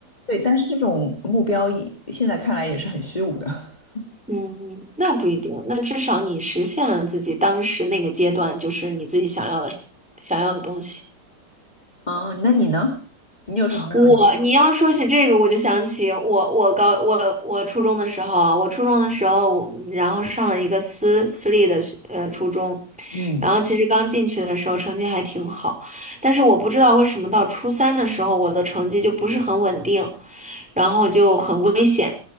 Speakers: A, on the left (about 25°); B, in the centre.
A: 对，但是这种目标也现在看来也是很虚无的。<laughs>
B: 嗯，那不一定。那至少你实现了自己当时那个阶段，就是你自己想要的、想要的东西。
A: 啊，那你呢？你有什么让你
B: 我，你要说起这个，我就想起我，我高，我我初中的时候啊，我初中的时候，我然后上了一个私私立的学呃初中，
A: 嗯，
B: 然后其实刚进去的时候成绩还挺好，但是我不知道为什么到初三的时候，我的成绩就不是很稳定，然后就很危险。